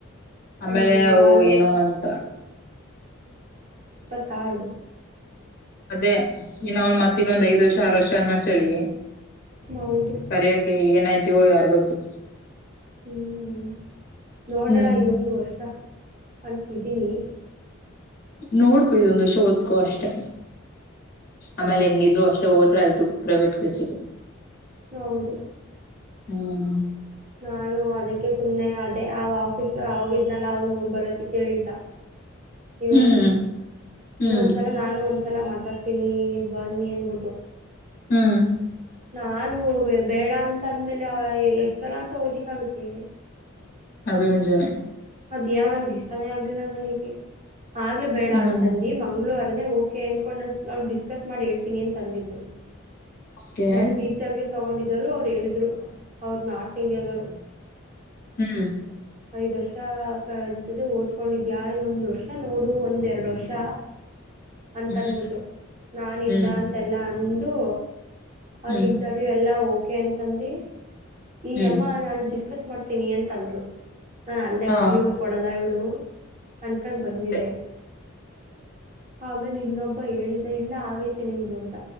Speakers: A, on the left; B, on the right.
A: ಆಮೇಲೆ
B: ಅಯ್ಯೋ ಇವಾಗ
A: ಅವು
B: ಆಲೆ
A: ಏನು ಅಂತ
B: ತ್ತಾರು
A: ಅದೇ ಇನ್ನ ಅವನ್ ಮತ್ತ ಇನ್ನೊಂದ್ ಐದ್ ವರ್ಷ ಆರ ವರ್ಷ ಅನ್ನುವಷ್ಟರಲ್ಲಿ
B: ಹೌದು
A: ಸರೆಯಕ್ಕೆ ಏನಾಯ್ತು ತಿವೋ ಯಾರಿಗ್ ಗೊತ್ತು
B: ಹ್ಮ್ ನೋಡೋಣ
A: ಹ್ಮ್
B: ಇದೊಂದು ವರ್ಷ ಅಂತಿದ್ದೀನಿ
A: ನೋಡ್ಕು ಇದೊಂದು ವರ್ಷ ಓದ್ಕೊ ಅಷ್ಟೆ ಆಮೇಲೆ ಹೆಂಗಿದ್ರು ಅಷ್ಟೆ ಹೋದ್ರ ಆಯ್ತು ಪ್ರೈವೇಟ್ ಕೆಲ್ಸಕ್ಕೆ
B: ಹೌದು
A: ಹ್ಮ್
B: ನಾನು ಅದಕ್ಕೆ ಸುಮ್ನೆ ಆದೇ ಅವ ಆಫೀಸ್ ಹೋಗಿದ್ನಲ್ಲ ಅವನು ಬರೋದಕೇಳಿದ್ದ ಇವತ್ತು
A: ಹ್ಮ್ ಹ್ಮ್
B: ಒಂದ್ಸಲ ನಾನು ಒಂದ್ಸಲ ಮಾತ ಮಾತಾಡ್ತೀನಿ ಬನ್ನಿ ಅನ್ಬಿಟ್ಟು
A: ಹ್ಮ್
B: ನಾನು ಬೇಡ ಅಂತ ಅಂದ್ಮೇಲೆ ಎಷ್ಟ ಸಲ ಅಂತ ಹೋಗೋದಿಕ್ಕ ಆಗತ್ತೆ
A: ಅದು ನಿಜನೆೇ
B: ಅದ ಯಾನ್ ಗೀಷ್ಟಾನೇ ಆಗ್ಲಿಲ್ಲ ನನಗೆ ಆಗ್ಲ ಬೇಡ
A: ಹ್ಮ್
B: ಅಂತಂದು ಮಂಗ್ಳೂರ್ ಓಕೆ ಅನ್ಕೊಂಡ್ ನಾನು ಸುಮ ಅವ್ಳ ಡಿಸ್ಕಸ್ ಮಾಡಿ ಹೇಳ್ತೀನಿ ಅಂತಂದಿದ್ಲು
A: ಓಕೆ
B: ನನ್ಗ ಇಂಟರ್ವ್ಯೂ ತೊಗೊಂಡಿದ್ದರು ಅವ್ರು ಹೇಳಿದರು ಅವ್ರು ನಾರ್ತ್ ಇಂಡಿಯಾದವರು
A: ಹ್ಮ್
B: ಐದ್ ವರ್ಷಕ ಅಂತದು ಓದ್ಕೊಂಡಿದ್ಯಾ ಇನ್ನೊಂದ್ ವರ್ಷ ನೋಡು ಒಂದೆರಡ ವರ್ಷ ಅಂತನ್ಬಿಟ್ಟು
A: ಹ್ಮ್
B: ನಾನ್
A: ಹ್ಮ್
B: ಇಲ್ಲ ಅಂತೆಲ್ಲಾ ಅನ್ ದು ಅವ್ನ್
A: ಹ್ಮ್
B: ಇಂಟರ್ವ್ಯೂ ಎಲ್ಲಾ ಓಕೆ ಅಂತಂದಿ ಈ ಅಮ್ಮ
A: ಹ್ಮ್
B: ನಾನು ಡಿಸ್ಕಸ್ ಮಾಡ್ ತಿನಿಯನ್ ತಂದಲು ನಾನ್ ಅಲ್ಲೇ
A: ಹಾ
B: ವೋ ಇವಳು ಕೊಡಲ್ಲ ಇವ್ಳು ಅನ್ಕಂಡ ಬಂದಿದೆ
A: ಅದೇ.
B: ಆಮೇಲೆ ಇನ್ನೊಬ್ಬ ಹೇಳಿದ್ದ ಇಲ್ಲ ಆಗೈತೆ ನಿಮ್ದು ಅಂತ